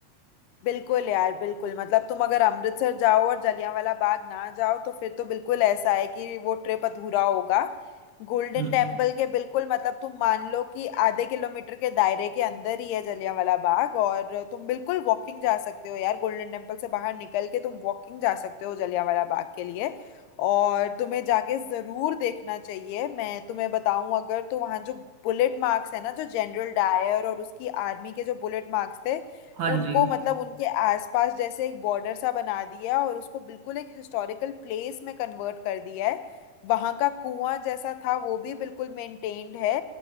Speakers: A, on the left (about 85°); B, on the right (about 55°).
A: बिल्कुल यार बिल्कुल मतलब तुम अगर अमृतसर जाओ और जलियांवाला बाग ना जाओ तो फिर तो बिल्कुल ऐसा है कि वो ट्रिप अधूरा होगा गोल्डन
B: हम्म
A: टेम्पल के बिल्कुल मतलब तुम मान लो कि आधे किलोमीटर के दायरे के अंदर ही है जलियांवाला बाग और तुम बिल्कुल वॉकिंग जा सकते हो यार गोल्डन टेम्पल से बाहर निकल के तुम वॉकिंग जा सकते हो जलियांवाला बाग के लिए और तुम्हें जाके ज़रूर देखना चाहिए मैं तुम्हें बताऊं अगर तो वहाँ जो बुलेट मार्क्स है ना जो जनरल डायर और उसकी आर्मी के जो बुलेट मार्क्स थे
B: हाँ
A: उनको
B: जी
A: मतलब उनके आसपास जैसे एक बॉर्डर सा बना दिया है और उसको बिल्कुल एक हिस्टोरिकल प्लेस में कन्वर्ट कर दिया है वहाँ का कुआं जैसा था वो भी बिल्कुल मेंटेन्ड है